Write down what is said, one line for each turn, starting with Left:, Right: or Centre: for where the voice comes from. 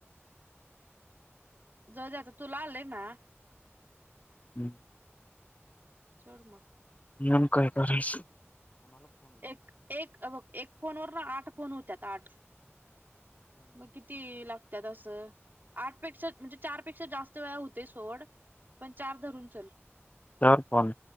Right: जाऊ द्या, आता तूला आलयं ना.
Left: हम्म!
Right: चढ मग
Left: <unintelligible> काय करायच.
Right: एक एक हे बघ एक फोन वर न आठ फोन होत्यात, आठ मग किती लाग त्यात असं आठ पेक्षा म्हणजे चार पेक्षा जास्त वेळा होतय, सोड पण चार धरून चला.
Left: दर पण